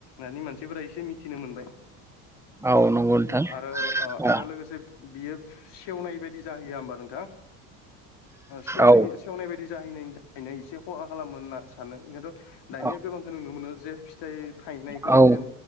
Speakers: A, on the left; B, in the centre.
A: दानि मानसिफोरा इसे मिथिनो मोनबाय।
B: औ नंगौ नोंथां
A: आरो ओ
B: औ
A: आरो लोगोसे बियो सेवनाय बादि जाहैया होमबा नोंथां सेवनायनि
B: औ
A: सेवनाय बायदि जाहैनायनि थाखायनो इसे खहा खालामो होनना आं सानो खिनथु दानिया
B: औ
A: गोबांखो नुनो मोनो जे फिथाइ थायनायखोनो
B: औ
A: जेन